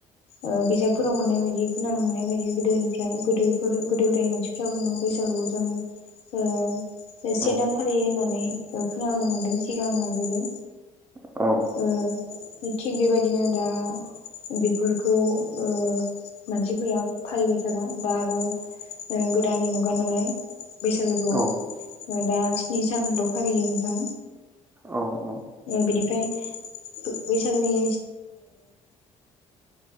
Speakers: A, on the left (about 55°); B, on the right (about 15°).
A: ओ बिजाबफोराव मोननाय बायदि खोनानो मोननाय बायदि गोदोनिफ्राय गोदोफोर गोदो गोदायनि मानसिफ्रा बुङो बैसागोआव जों ओ बे से
B: औ
A: दान फलियो होननानै खोनानो मोनदों सिगाङो आगोलो।
B: औ
A: ओ थिग बेबायदिनो दा बेफोरखौ ओ मानसिफोरा फालिबाय थाला बा आरो ओ गोदान मुगा नालाय। बैसागुखौ
B: औ
A: दा स्नि सानल' फालियो नोंथां।
B: औ‌।
A: बेनिफ्राय बैसागोनि